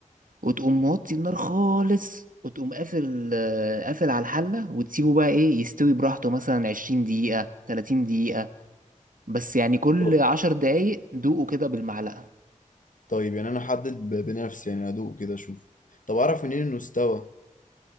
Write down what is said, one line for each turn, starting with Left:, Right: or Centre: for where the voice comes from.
Right: وتقوم موطي النار خالص وتقوم قافل آه، قافل على الحلة وتسيبه بقى ايه يستوي براحته مثلا عشرين دقيقة تلاتين دقيقة بس يعني كل
Left: طب-
Right: عشر دقايق دوقه كده بالمعلقة
Left: طيب يعني انا احدد ب- بنفسي يعني ادوق كده اشوف طب اعرف منين انه استوى